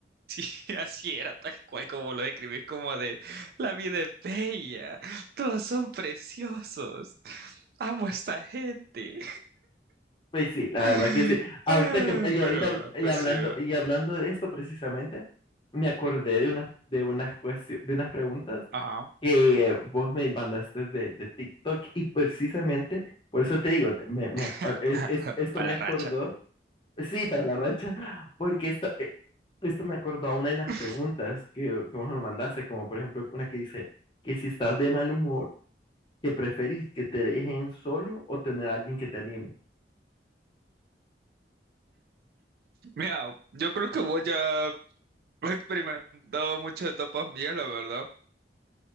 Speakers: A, on the right; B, on the left.
A: <laughs> así era, tal cual como lo describís, como de la vida es bella, todos son preciosos, amo a esta gente.
B: Pues sí, la
A: <laughs>
B: verdad que sí. Ahorita
A: Ah,
B: que y ahorita
A: Pero, va,
B: y
A: pues
B: hablando
A: sí, va.
B: y hablando de esto precisamente, me acordé de unas de unas cuestio- de unas preguntas
A: Ajá.
B: que vos me mandaste de, de TikTok y precisamente por eso te digo, te- me, me
A: <laughs>
B: ac- a- e- es- esto
A: Para
B: me
A: la
B: acordó,
A: racha.
B: sí, para la racha, <laughs> porque esto eh, esto me acordó a una de las
A: <laughs>
B: preguntas que, que vos me mandaste, como por ejemplo una que dice que si estás de mal humor, que preferís que te dejen solo o tener a alguien que te anime.
A: Mira, yo creo que vos ya <laughs> has experimentado muchas etapas mías, la verdad.